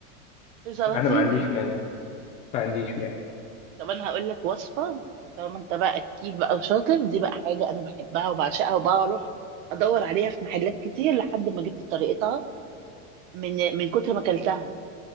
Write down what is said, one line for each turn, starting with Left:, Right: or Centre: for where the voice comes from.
Right: في سلاطين
Left: أنا ما عنديش مانع ما عنديش مانع
Right: طب انا هقول لك وصفه طالما انت بقى اكيد بقى وشاطر دي بقى حاجه انا بحبها وبعشقها وبقى اروح ادور عليها في محلات كتير لحد ما جبت طريقتها من من كتر ما اكلتها